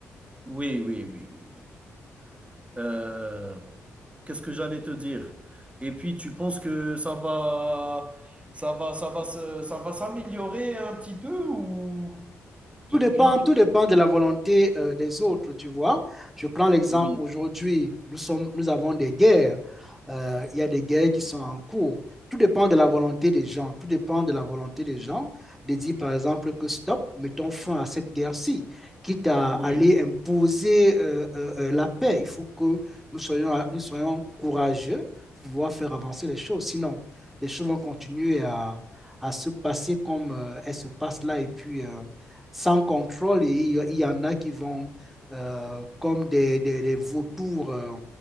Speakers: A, on the right; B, in the centre.
A: oui, oui, oui, oui, oui. oui. Euh, qu'est-ce que j'allais te dire? Et puis, tu penses que ça va, ça va, ça va, se- ça va s'améliorer un petit peu ou depuis
B: Tout dépend, tout
A: que...
B: dépend de la volonté euh, des autres, tu vois. Je prends l'exemple
A: Oui,
B: aujourd'hui, nous sommes, nous avons des guerres. Euh, il y a des guerres qui sont en cours. Tout dépend de la volonté des gens. Tout dépend de la volonté des gens de dire, par exemple, que stop, mettons fin à cette guerre-ci, quitte à
A: oui.
B: aller imposer euh, euh, euh, la paix. Il faut que nous soyons, nous soyons courageux pour pouvoir faire avancer les choses. Sinon, les choses vont continuer à, à se passer comme euh, elles se passent là et puis euh, sans contrôle et il y- y en a qui vont euh, comme des, des- des vautours euh,